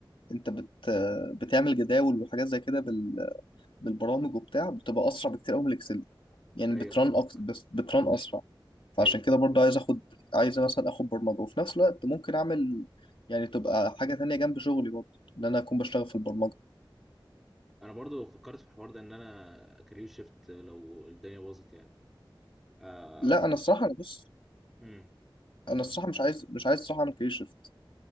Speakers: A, on the left; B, in the centre.
A: انت بت بتعمل جداول وحاجات زي كده بالبرامج وبتاع بتبقى اسرع بكتير قوي من الاكسل يعني
B: ايوه
A: بترن
B: فاهمك
A: أكس... بس بترن اسرع فعشان
B: ايوه
A: كده برضه عايز اخد عايز مثلا اخد برمجه وفي نفس الوقت ممكن اعمل يعني تبقى حاجه تانية جنب شغلي برضه ان انا اكون بشتغل في البرمجه
B: انا برضو فكرت في الحوار ده ان انا كارير شيفت لو الدنيا باظت يعني آه.
A: لا انا الصراحه انا بص
B: امم
A: انا الصراحه مش عايز مش عايز الصراحه اعمل كارير شيفت